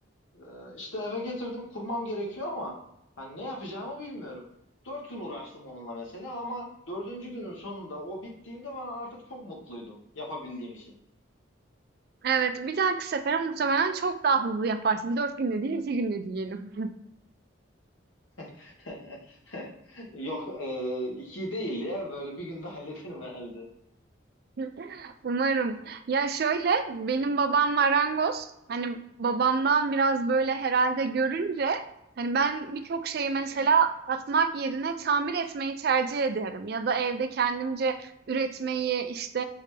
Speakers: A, on the left; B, on the right.
A: E, işte eve getirdim. Kurmam gerekiyor ama hani ne yapacağımı bilmiyorum. Dört gün uğraştım onunla mesela ama dördüncü günün sonunda o bittiğinde ben artık çok mutluydum yapabildiğim için.
B: Evet, bir dahaki sefere muhtemelen çok daha hızlı yaparsın. 4 günde değil, 2 günde diyelim.
A: <laughs> Yok e, iki değil ya böyle bir günde hallederim herhalde.
B: <laughs> Umarım. Ya şöyle benim babam marangoz. Hani babamdan biraz böyle herhalde görünce hani ben birçok şeyi
A: Hı
B: mesela
A: hı,
B: atmak yerine tamir etmeyi tercih ederim. Ya da evde kendimce üretmeyi işte